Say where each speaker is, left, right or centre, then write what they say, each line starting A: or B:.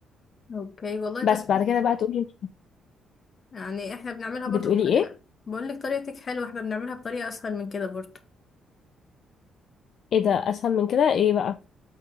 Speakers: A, on the left; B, on the left.
A: اوكي والله طريقة
B: بس بعد كده بقى تقولي
A: يعني احنا بنعملها
B: بتقولي
A: برضو بطريقة
B: ايه
A: بقولك طريقتك حلوة احنا بنعملها بطريقة اسهل من كده برضو
B: ايه ده اسهل من كده ايه بقى